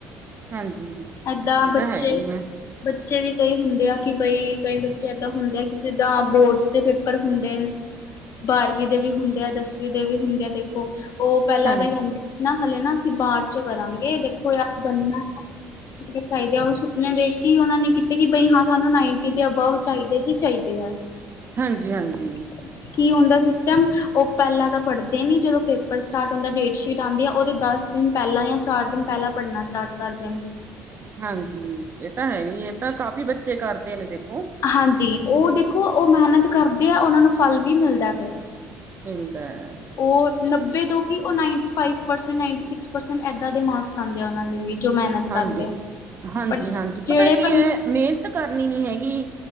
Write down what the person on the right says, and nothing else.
ਹਾਂਜੀ
ਇਹ
ਤਾਂ ਹੈਗਾ ਈ ਐ
ਹਾਂ
ਹਾਂਜੀ-ਹਾਂਜੀ।
ਹਾਂਜੀ ਇਹ ਤਾਂ ਹੈਗੀ ਇਹ ਤਾਂ ਕਾਫ਼ੀ ਬੱਚੇ ਕਰਦੇ ਨੇ ਦੇਖੋ
ਮਿਲਦਾ ਹੈ।
ਹਾਂਜੀ
ਹਾਂਜੀ
ਹਾਂਜੀ
ਪਤਾ ਕੀ
ਹੈ ਮਿਹਨਤ ਕਰਨੀ ਨੀ ਹੈਗੀ